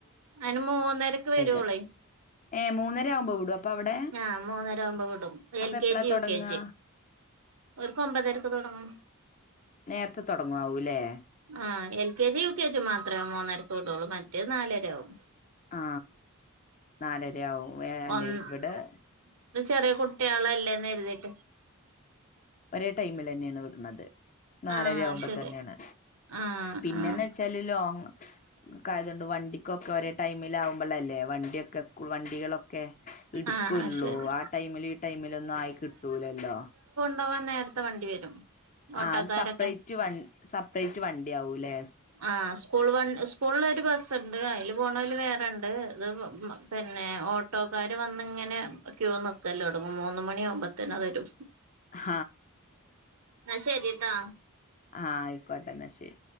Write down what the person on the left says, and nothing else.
കടിം ഏ മൂന്നര ആവുമ്പോ വിടും അപ്പൊ അവിടെ
അപ്പൊ എപ്പളാ
തൊടങ്ങാ
നേരത്തെ തൊടങ്ങാവൂല്ലേ
ആ നാലരാവും ഏ അല്ലിവടെ
ഒരേ ടൈമിലന്നാണ് വിടണത് നാലരാവുമ്പോ
തന്നാണ്
പിന്നെന്ന്ച്ചാല്
ലോങ്ങ് തായതോണ്ട് വണ്ടിക്കൊക്കെ ഒരേ ടൈമില് ആകുമ്പോഴല്ലേ വണ്ടിയൊക്കെ സ്കൂൾ വണ്ടികളൊക്കെ ക്കെ എടുക്കുള്ളൂ
ആ ടൈമില് ഈ ടൈമിലൊന്നും ആയി കിട്ടൂലല്ലോ
ആ അത് സപ്പറേറ്റ് വൻ സപ്പറേറ്റ് വണ്ടി ആവുലേ
ഹ
ആഹ് ആയിക്കോട്ട എന്നാ ശരി